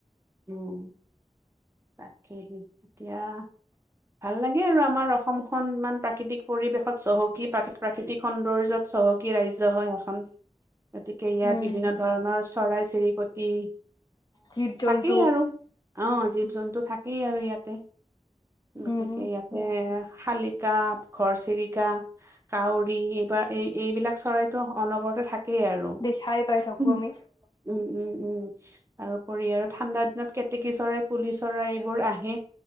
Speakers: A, on the right; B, on the left.
A: উম, তাকেই এতিয়া ভাল লাগে আৰু আমাৰ অসমখন ইমান প্ৰাকৃতিক পৰিৱেশত চহকী প্ৰাকৃ প্ৰাকৃতিক সৌন্দৰ্যত চহকী ৰাজ্য হয় এখন। গতিকে ইয়াত
B: উম,
A: বিভিন্ন ধৰণৰ চৰাই চিৰিকটি
B: জীৱ জন্তু
A: সেয়া আৰু অ' জীৱ জন্তু থাকেই আৰু ইয়াতে। গতিকে
B: উম,
A: ইয়াতে শালিকা, ঘৰচিৰিকা, কাউৰী এইবাৰ এই-এইবিলাক চৰাইতটো অনবৰতে থাকে। থাকেই আৰু।
B: দেখাই পাই থাকো
A: উ,
B: আমি।
A: উম, উম, তাৰপৰি আৰু ঠাণ্ডা দিনত কেতেকী চৰাই, কুলি চৰাই এইবোৰ আহে